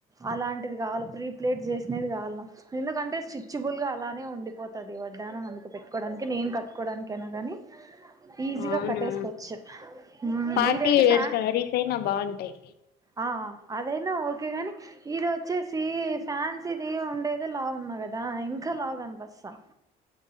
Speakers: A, on the right (about 20°); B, on the left (about 70°).
A: అలాంటిది కావాలి ప్రీప్ప్లేట్ చేసినది కావల్ల ఎందుకంటే స్ట్రిచ్చ్చుబుల్గా అలానే ఉండిపోతాది వడ్డాణం అందుకు పెట్టుకోవడానికి నేను కట్టుకోవడానికైనా కానీ ఈజీగా
B: అవునా
A: కట్టేసుకోవచ్చు హ్మ్
B: పార్టీ
A: ఇదైతే
B: వేర్
A: ఫ్యాన్
B: శారీస్ అయినా బాగుంటాయి
A: ఆ అదైనా ఓకే కానీ ఇది వచ్చేసి ఫ్యాన్సీది ఉండేదే లావు ఉన్నా కదా ఇంకా లావ్ కన్పస్తా